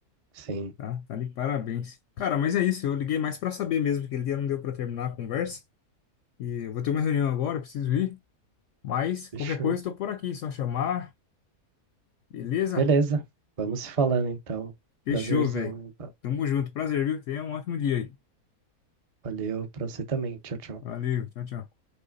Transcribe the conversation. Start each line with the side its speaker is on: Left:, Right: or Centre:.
Right: Sim,
Left: Tá, tá de parabéns. Cara, mas é isso. Eu liguei mais pra saber mesmo, que ele dia não deu pra terminar a conversa. E eu vou ter uma reunião agora, eu preciso ir. Mas qualquer
Right: deixa
Left: coisa, estou por aqui, só chamar. Beleza?
Right: Beleza. Vamos se falando então.
Left: Fechou,
Right: Prazerzão.
Left: velho. Tamo junto. Prazer, viu? Tenha um ótimo dia aí.
Right: Valeu pra você também. Tchau, tchau.
Left: Valeu, tchau, tchau.